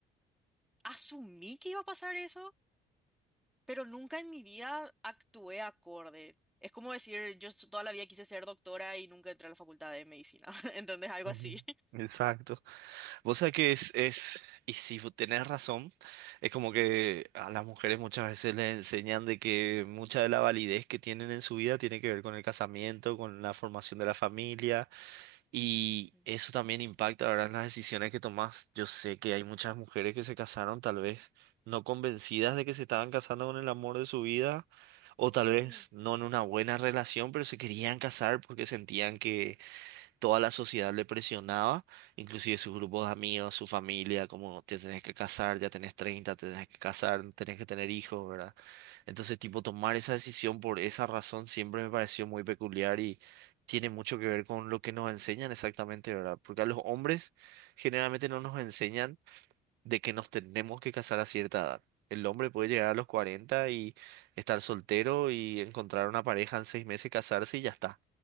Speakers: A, in the centre; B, on the right.
A: asumí que iba a pasar eso pero nunca en mi vida actué acorde. Es como decir, yo s- toda la vida quise ser doctora y nunca entré a la facultad de medicina. <laughs> ¿Entendés? Algo
B: Ujú.
A: así.
B: Exacto. Vos sabés que es, es, y si vos tenés razón, es como que a las mujeres muchas veces les enseñan de que mucha de la validez que tienen en su vida tiene que ver con el casamiento, con la formación de la familia, y
A: Ujú.
B: eso también impacta, ¿verdad? en las decisiones que tomás. Yo sé que hay muchas mujeres que se casaron tal vez no convencidas de que se estaban casando con el amor de su vida, o
A: Sí,
B: tal vez no en una buena relación, pero se querían casar porque sentían que toda la sociedad le presionaba, inclusive sus grupos de amigos, su familia, como te tenés que casar, ya tenés 30, te tenés que casar, tenés que tener hijos, ¿verdad? Entonces, tipo, tomar esa decisión por esa razón siempre me pareció muy peculiar y tiene mucho que ver con lo que nos enseñan exactamente, ¿verdad? Porque a los hombres generalmente no nos enseñan de que nos tenemos que casar a cierta edad. El hombre puede llegar a los 40 y estar soltero y encontrar una pareja en seis meses, casarse y ya está.